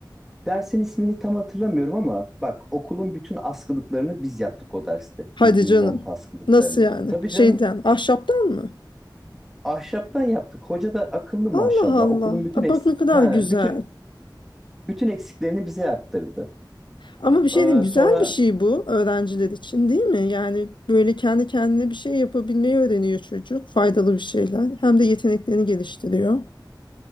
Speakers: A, in the centre; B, on the left (about 80°).
A: Dersin ismini tam hatırlamıyorum ama bak okulun bütün askılıklarını biz yaptık o derste.
B: Hadi
A: Bildiğim
B: canım.
A: mont askılıklarını.
B: Nasıl yani?
A: Tabii
B: Şeyden,
A: canım
B: ahşaptan mı?
A: ahşaptan yaptık. Hoca da akıllı maşallah.
B: Allah Allah.
A: Okulun bütün
B: Aa,
A: eksik
B: Bak ne kadar
A: ha,
B: güzel.
A: bütün bütün eksiklerini bize yaptırdı.
B: Ama bir şey
A: Ee,
B: diyeyim güzel
A: sonra
B: bir şey bu öğrenciler için değil mi? Yani böyle kendi kendine bir şey yapabilmeyi öğreniyor çocuk. Faydalı bir şeyler. Hem de yeteneklerini geliştiriyor.